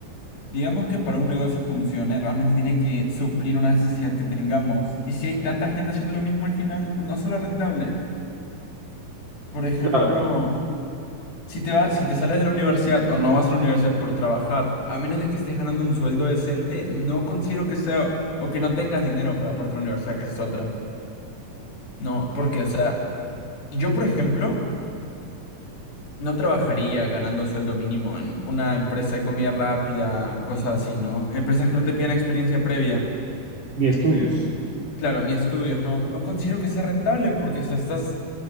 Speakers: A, on the left; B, on the right.
A: digamos que para un negocio funcione, realmente tiene que suplir una necesidad que tengamos. Y si hay tanta gente haciendo lo mismo al final, no será rentable. Por ejemplo.
B: Claro,
A: Si te vas, si te sales de la universidad o no vas a la universidad por trabajar, a menos de que estés ganando un sueldo decente, no considero que sea o que no tengas dinero para aparte de la universidad, que es otra. No, porque,
B: Sí.
A: o sea, yo, por ejemplo, no trabajaría ganando sueldo mínimo en una empresa de comida rápida, cosas así, ¿no? Empresas que no te piden experiencia previa.
B: ni estudios.
A: Claro, ni estudios, no, no considero que sea rentable porque, o sea, estás